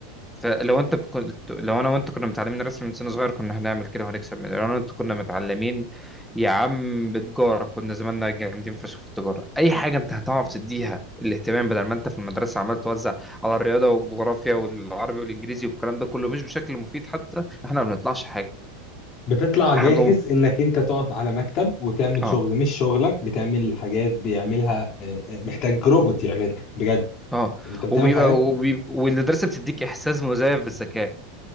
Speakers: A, in the centre; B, on the left (about 35°).
A: فلو انت كنت لو انا وانت كنا متعلمين الرسم من سن صغير كنا هنعمل كده وهنكسب من لو انا وانت كنا متعلمين يا عم بتجارة كنا زماننا جامدين فشخ في التجارة اي حاجة انت هتعرف تديها الاهتمام بدل ما انت في المدرسة عمال توزع على الرياضة والجغرافيا والعربي والانجليزي والكلام ده كله مش بشكل مفيد حتى احنا ما بنطلعش حاجة
B: بتطلع جاهز
A: احنا وب-
B: انك انت تقعد على مكتب وتعمل
A: اه
B: شغل مش شغلك بتعمل حاجات بيعملها آه، آه، محتاج روبوت يعملها بجد
A: اه
B: انت بتعمل
A: وبيبقى
B: حاجات
A: وبي... والمدرسة بتديك احساس مزيف بالذكاء